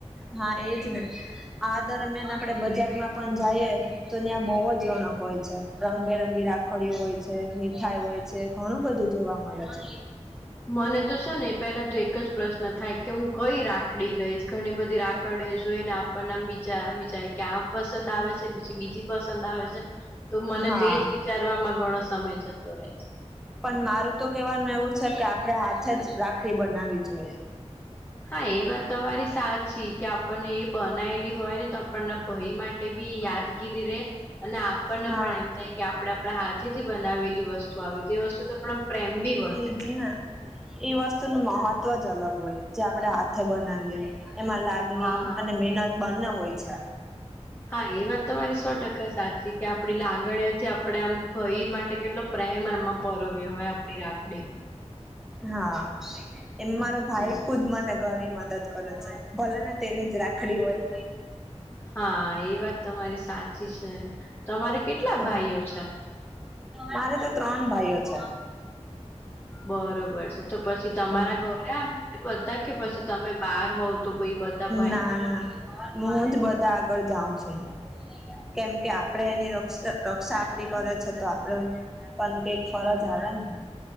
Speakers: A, in the centre; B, on the left.
A: હા એજ ને આ દરમિયાન આપડે બજારમાં પણ જઈએ- તો ત્યાં બહુ જ રોણક હોય છે રંગબેરંગી રાખડીઓ હોય છે મીઠાઈ હોય છે. ઘણું બધું જોવા મળે છે.
B: મને તો છે ને પેલા તો એક જ પ્રશ્ન થાય કે હું કઈ રાખડી લઈશ ઘણી બધી રાખ- આખડે જોઈ ને આપણને આમ વિચાર આવી જાય ક્યાં પસંદ આવે છે બીજી પસંદ આવે છે. તો મને
A: હા
B: તેજ વિચારમાં ઘણો સમય જતો રહે છે.
A: પણ મારું તો કેવાનું એવું છે કે આપડણે હાથે જ રાખડી બનાવી જોઈએ-
B: હા એ વાત તમારી સાચી કે આપણને એ બનાયલી- હોય ને તો આપણના ભય માટે બી યાદગીરી રે અને આપણને
A: હા
B: પણ એમ થાય કે આપડા- આપણા હાથે થી બનાવેલી વસ્તુ આવી તો એ વસ્તુ તો આપ પ્રેમ બી- વધે
A: એ જ ના- એ વસ્તુ નું મહત્વ જ અલગ હોય જે આપડે હાથે બનાવીએ એમાં લાગ
B: હા
A: અને મેનત બંને હોય છે
B: હા એ વાત તમારી સો ટકા સાચી કે આપણી લાગણીઓથી આપણે આમ ભય માટે કેટલો પ્રેમ એમાં પરવ હોય આપડી રાખડીમાં
A: હા એમ મારો ભાઈ
B: હા
A: ખુદ મને ઘરી મદદ કરે છે ભલે ને તેની જ રાખડી હોય.
B: હા એ વાત તમારી સાચી છે તમારે કેટલા
A: હા
B: ભાઈઓ છે?
A: મારે તો ત્રણ ભાઈઓ છે.
B: બરોબર છે તો પછી તમારા
A: હા.
B: ઘરે આવે બધા કે પછી તમે બાર હોવ તો ભાઈ બ બધા
A: ના ના હું જ બધા આગળ જાઉં છું. કેમ કે આપડે એની રક્ષા રક્ષા આપડી કરે છે તો આપડું પણ કઈક ફરજ આવે ને.